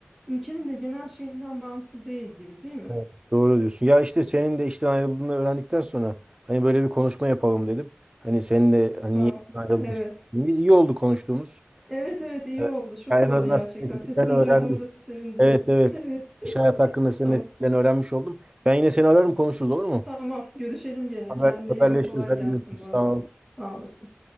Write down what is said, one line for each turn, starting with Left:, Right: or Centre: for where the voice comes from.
Centre: ülkenin de genel şeyinden bağımsız değil gibi değil mi?
Right: Evet, Doğru diyorsun. Ya işte senin de işten ayrıldığını öğrendikten sonra hani böyle bir konuşma yapalım dedim. Hani senin de hani
Centre: Ha,
Right: niye işten ayrıldın?
Centre: evet.
Right: İyi iyi oldu konuştuğumuz.
Centre: Evet evet iyi
Right: Evet.
Centre: oldu çok
Right: Yani
Centre: iyi
Right: en azından
Centre: oldu gerçekten
Right: senin
Centre: sesini
Right: öğrendim.
Centre: duyduğumu da sevindim.
Right: Evet evet.
Centre: <laughs> Evet
Right: İş hayatı
Centre: <laughs>
Right: hakkında senin
Centre: tamam
Right: etkiden öğrenmiş oldum. Ben yine seni ararım konuşuruz olur mu?
Centre: tamam görüşelim gene
Right: Haber,
Centre: kendine
Right: haberleşiriz.
Centre: iyi bak kolay
Right: Hadi
Centre: gelsin
Right: görüşürüz.
Centre: bu arada
Right: Tamam.
Centre: sağ olasın.